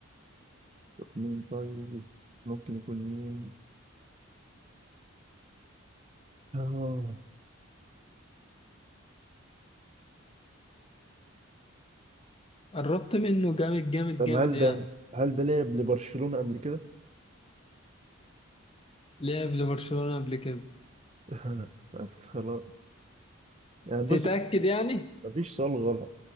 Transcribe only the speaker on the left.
قربت منه جامد جامد
جامد
يعني
لعب لبرشلونة قبل كده
تتأكد يعني